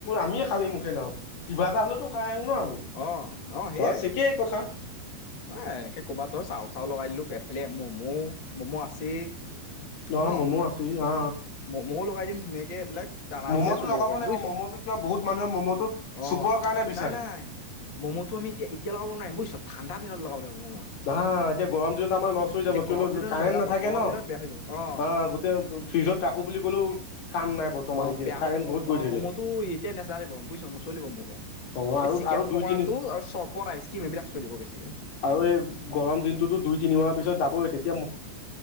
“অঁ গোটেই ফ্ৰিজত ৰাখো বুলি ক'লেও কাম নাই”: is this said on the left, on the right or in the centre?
Left